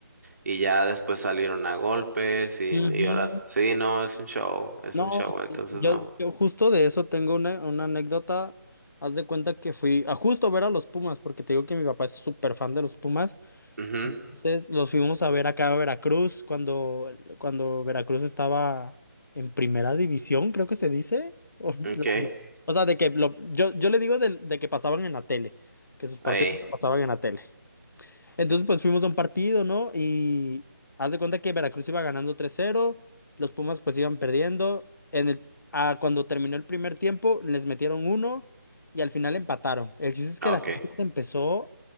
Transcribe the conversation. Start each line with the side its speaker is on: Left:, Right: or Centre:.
Right: y ya después salieron a golpes y,
Left: Ujú.
Right: y ahora sí, no, es un show, es
Left: No,
Right: un show, entonces
Left: sí, yo,
Right: no.
Left: yo justo de eso tengo una, una anécdota. Haz de cuenta que fui a justo ver a los Pumas, porque te digo que mi papá es súper fan de los Pumas.
Right: Ujú,
Left: Entonces los fuimos a ver acá a Veracruz cuando, cuando Veracruz estaba en primera división, creo que se dice. <laughs> O, la-
Right: ok,
Left: o sea, de que lo- yo, yo le digo de, de que pasaban en la tele, que sus partidos
Right: ahí,
Left: los pasaban en la tele. Entonces, pues fuimos a un partido, ¿no? Y haz de cuenta que Veracruz iba ganando 3-0, los Pumas pues iban perdiendo. En el, ah, cuando terminó el primer tiempo, les metieron uno y al final empataron. El chiste es
Right: ok.
Left: que la gente se empezó,